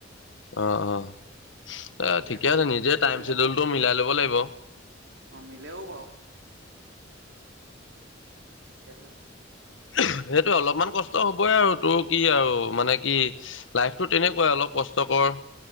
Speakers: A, on the left; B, on the right.
A: অ', অ' আহ
B: ধুনীয়াকে
A: ঠিকে আছে
B: মোৰ
A: নিজে
B: সময়টো
A: টাইম
B: মিলে
A: চেডুলটো
B: বাৰু
A: মিলাই ল'ব লাগিব।
B: অ', মিলেও বাৰু। সেইটো আছ
A: <unintelligible> সেইটোয়ে অলপমান কষ্ট হ'বই আৰু তোৰ কি আৰু মানে কি লাইফতো তেনেকুৱাই অলপ কষ্ট কৰ